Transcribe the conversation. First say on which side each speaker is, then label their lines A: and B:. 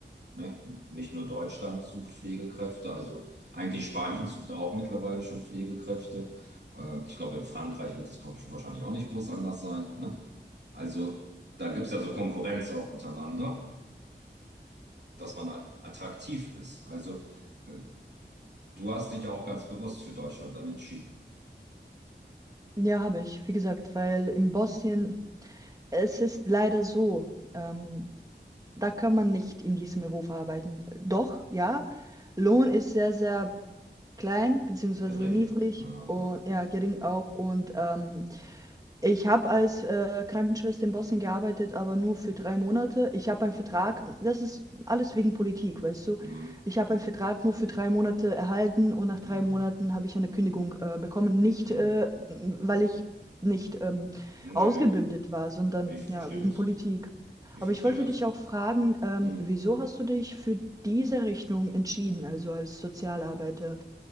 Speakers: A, on the right; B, on the right.
A: ne, nicht nur Deutschland sucht Pflegekräfte, also eigentlich Spanien <laughs> sucht auch mittlerweile schon Pflegekräfte. Äh, ich glaube, in Frankreich wird es wahrscheinlich auch nicht groß anders sein. Ne? Also da gibt es ja so Konkurrenz auch untereinander, dass man a- attraktiv ist. Also äh, du hast dich ja auch ganz bewusst für Deutschland dann entschieden.
B: Ja, habe ich, wie gesagt, weil in Bosnien, es ist leider so, ähm, da kann man nicht in diesem Beruf arbeiten. Doch, ja, Lohn ist sehr, sehr klein, beziehungsweise
A: Gering.
B: niedrig
A: Aha.
B: und ja, gering auch. Und ähm, Ich habe als äh, Krankenschwester in Bosnien gearbeitet, aber nur für
A: Ja.
B: drei Monate. Ich habe einen Vertrag, das ist alles wegen Politik, weißt du.
A: Hm,
B: Ich habe einen Vertrag nur für drei Monate erhalten und nach drei
A: hm,
B: Monaten habe ich eine Kündigung äh, bekommen. Nicht,
A: hm.
B: äh,
A: hm.
B: weil ich nicht ähm,
A: Nee,
B: ausgebildet
A: nee.
B: war, sondern
A: Ich verstehe
B: ja, wegen
A: das.
B: Politik.
A: Ich
B: Aber
A: verstehe
B: ich wollte
A: das.
B: dich auch fragen, ähm,
A: Mhm.
B: wieso hast du dich für diese Richtung entschieden, also als Sozialarbeiter?